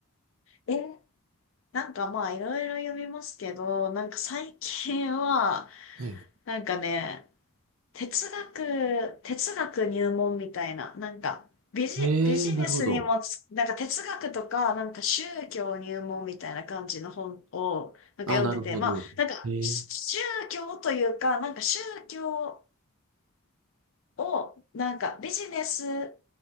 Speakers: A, on the left (about 60°); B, on the right (about 70°).
A: え、なんかまあいろいろ読みますけど、なんか最近は、
B: はい。
A: なんかね、哲学、哲学入門みたいな、なんかビジ、
B: え
A: ビジネスにもつ、
B: ー、なるほど。
A: なんか哲学とか、なんか宗教入門みたいな感じの本を、なんか読んでて、
B: ああ、なるほど。
A: まあ、なんか宗教というか、
B: ええ。
A: なんか宗教、を、なんかビジネス